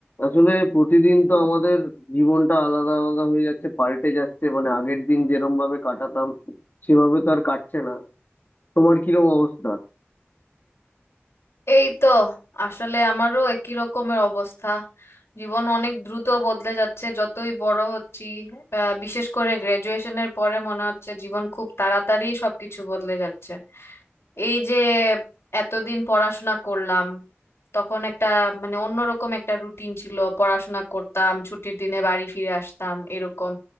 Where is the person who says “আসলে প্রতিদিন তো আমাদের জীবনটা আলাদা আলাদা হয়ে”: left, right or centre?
Left